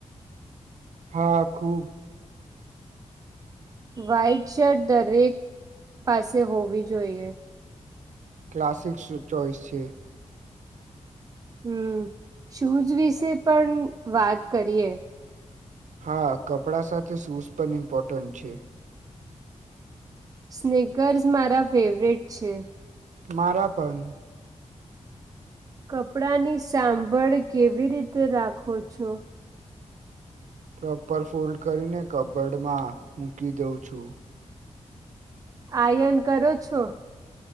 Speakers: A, on the right; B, on the right.
A: હા ખુબ
B: વ્હાઈટ શર્ટ દરેક પાસે હોવી જોઈએ.
A: ક્લાસિક્સ ચોઈસ છે.
B: હમ શુઝ વિશે પણ વાત કરીએ
A: હા કપડા સાથે શૂઝ પણ ઇમ્પોર્ટન્ટ છે.
B: સ્નેકર્સ મારા ફેવરેટ છે.
A: મારા પણ
B: કપડા ની સાંભળ કેવી રીતે રાખો છો.
A: પ્રોપર ફોલ્ડ કરીને કબડમાં મૂકી દઉં છુ.
B: આયન કરો છો.